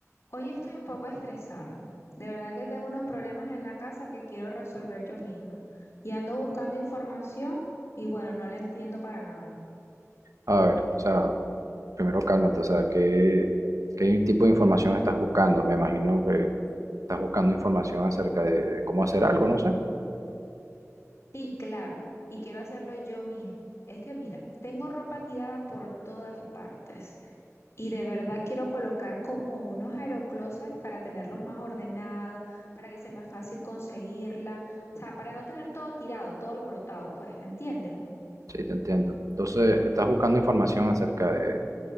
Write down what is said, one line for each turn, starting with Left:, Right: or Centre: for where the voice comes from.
Left: Hoy estoy un poco estresada. De verdad que tengo unos problemas en la casa que quiero resolver yo misma. Y ando buscando información y bueno, no la entiendo para nada.
Right: A ver, o sea, primero cálmate, o sea, ¿qué, qué tipo de información estás buscando? Me imagino que estás buscando información acerca de, de cómo hacer algo, no sé.
Left: Sí, claro, y quiero hacerlo yo misma. Es que mira, tengo ropa tirada por todas partes y de verdad quiero colocar como unos aeroclosets para tenerlos más ordenados, para que sea más fácil conseguirla, o sea, para no tener todo tirado, todo alborotado, pues, ¿entiendes?
Right: Sí, te entiendo. Entonces, estás buscando información acerca de,